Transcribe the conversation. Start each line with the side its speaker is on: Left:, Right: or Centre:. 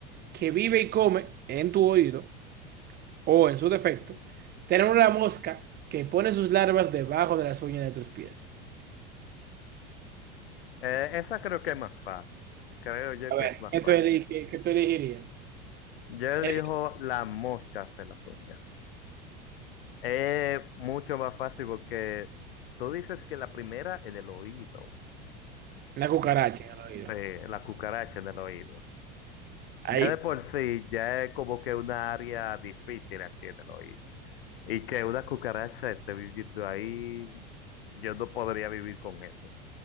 Right: que vive y come en tu oído o en su defecto. Tener una mosca que pone sus larvas debajo de las uñas de tus pies.
Left: Eh, esa creo que es más fácil. Creo yo
Right: A
Left: que
Right: ver,
Left: es más
Right: ¿qué
Left: fácil.
Right: tú, eli- qué- qué tú elegirías?
Left: Yo elijo
Right: Eh,
Left: la mosca hacer las uñas. Es mucho más fácil porque tú dices que la primera en el oído,
Right: Una cucaracha
Left: Mm.
Right: en el oído.
Left: eh, la cucaracha en el oído.
Right: Ahí.
Left: Ya de por sí, ya es como que una área difícil aquí en el oído. Y que una cucaracha esté viviendo ahí, yo no podría vivir con eso.